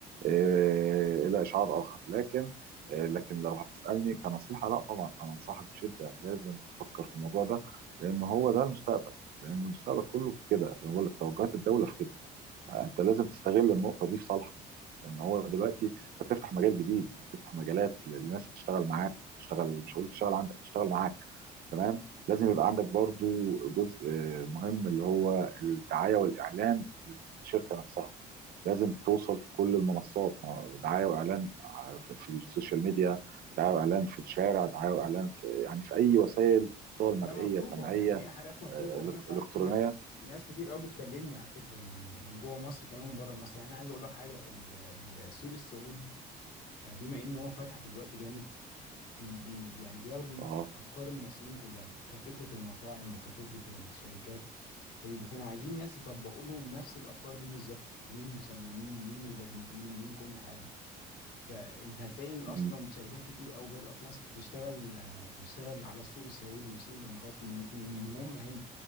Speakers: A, on the right (about 65°); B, on the left (about 80°).
A: آه، الى اشعار اخر لكن آه، لكن لو هتسالني كنصيحه لا طبعا انا انصحك بشده لازم تفكر في الموضوع ده لان هو ده المستقبل لان المستقبل كله في كده اللي هو توجهات الدوله في كده فانت لازم تستغل النقطه دي في صالحك لان هو دلوقتي انت بتفتح مجال جديد بتفتح مجالات ل- لناس هتشتغل معاك وتشتغل مش هقول تشتغل عندك تشتغل معاك تمام لازم يبقى عندك برضو جزء آه، مهم اللي هو الدعايه والاعلان للشركه نفسها لازم توصل في كل المنصات ما- دعايه واعلان ع- في في السوشيال ميديا دعايه واعلان في الشارع دعايه واعلان في يعني في اي وسائل اتصال مرئيه
B: هي مطلوبه
A: سمعيه
B: يعني هي حاجات مطلوبه
A: آه،
B: وانا
A: إلك-
B: ساعات
A: الكترونيه
B: كنا- ناس كتير قوي بتكلمني على فكره من من جوه مصر كمان من بره مصر يعني انا عايز اقول لك حاجه ال- السوق السعودي آه، بما ان هو فتح دلوقتي جامد بي بي بي- يعني بياخدوا
A: اه
B: افكار المصريين كلها كفكره المطاعم وكفكره الشركات فبيكونوا عايزين ناس يطبقوا لهم نفس الافكار دي بالظبط مين مصممين مين مبرمجين مين كل حاجه فانت هتلاقي اصلا
A: مهم.
B: شركات كتير قوي بادئه في مصر بتشتغل آه، بتشتغل على السوق السعودي والسوق الاماراتي من من هم هنا